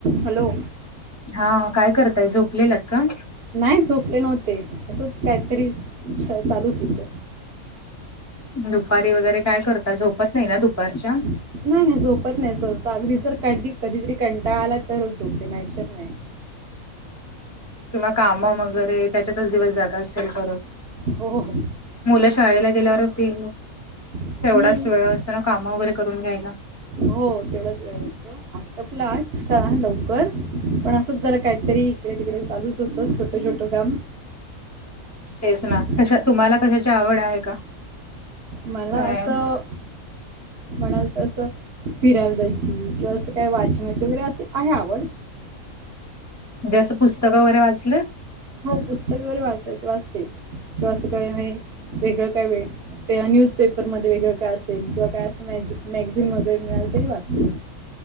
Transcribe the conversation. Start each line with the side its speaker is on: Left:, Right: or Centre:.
Right: Hello
Left: हा काय करताय झोपलेलात का
Right: नाही झोपले नव्हते असंच काहीतरी चालुच होतं.
Left: दुपारी वगैरे काय करतात झोपत नाही ना दुपारच्या
Right: नाही नाही झोपत नाही सहस अगदी. तर कधीतरी कंटाळा आला तरच झोपते नाही तर नाही.
Left: किंवा काम वगैरे त्याच्यातच दिवस जात असेल परत.
Right: हो हो हो
Left: मुलं शाळेला गेल्यावर होती
Right: हम्म
Left: तेवढाच वेळ असतो ना काम वगैरे करून घ्यायला.
Right: हो तेवढाच वेळ असतो. आटोपले आज लवकर पण असंच जरा काहीतरी इकडे तिकडे चालुच असते. सुतं छोटं छोटं काम
Left: तेच
Right: हम्म.
Left: ना कशा तुम्हाला कशाची आवड आहे का?
Right: मला
Left: काय
Right: असं म्हणाल तर असं फिरायला जायची किंवा अस काय वाचनाची वगैरे अशी आहे आवड.
Left: जे असं पुस्तक वगैरे वाचलं.
Right: हो पुस्तक वगैरे वाच वाचते किंवा असं काय आहे. वेगळं काय वेळ न्यूजपेपरमध्येध्ये वेगळं काय असेल किंवा काय असं माहिजे मॅगझीन वगैरे मिळाल तरी वाचते.